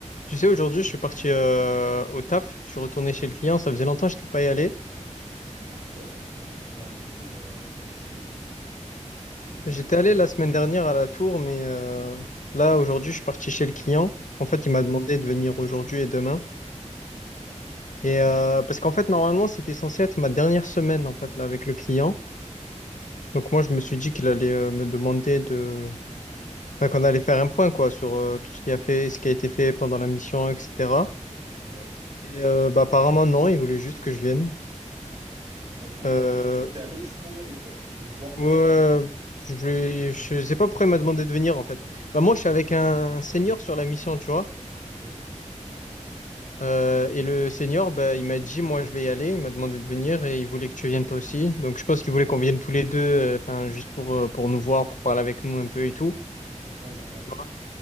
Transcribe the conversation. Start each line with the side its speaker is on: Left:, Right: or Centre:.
Left: Tu sais, aujourd'hui, je suis parti euh, au taf. Je suis retourné chez le client. Ça faisait longtemps que je n'étais pas y allé.
Right: Ah, c'est vrai, ça, ça fait longtemps que t'es pas allé tout court euh, en présentiel, quoi. C'était comment?
Left: J'étais allé la semaine dernière à la tour, mais euh, là, aujourd'hui, je suis parti chez le client. En
Right: Ouais.
Left: fait, il m'a demandé de venir aujourd'hui et demain.
Right: Ok.
Left: Et euh, parce qu'en fait, normalement, c'était censé être ma dernière semaine en fait là avec le client. Donc moi, je me suis dit qu'il allait euh, me demander de, enfin, qu'on allait faire un point quoi sur euh, tout ce qui a fait, ce qui a été fait pendant la mission, etc.
Right: Ouais.
Left: Et euh, bah, apparemment non, il voulait juste que je vienne.
Right: Ah bon?
Left: Euh,
Right: Du coup, t'es allé juste pour y aller, quoi. Ils voulaient te voir,
Left: Ouais,
Right: quoi, c'est tout.
Left: je voulais, je sais pas pourquoi il m'a demandé de venir en fait. Bah moi je suis avec un senior sur la mission, tu vois.
Right: Ok.
Left: Euh, et le senior, bah, il m'a dit moi je vais y aller. Il m'a demandé de venir et il voulait que tu viennes toi aussi. Donc je pense qu'il voulait qu'on vienne tous les deux, euh, enfin juste pour euh, pour nous voir, pour parler avec nous un peu et tout.
Right: Ouais, normal.
Left: Tu vois.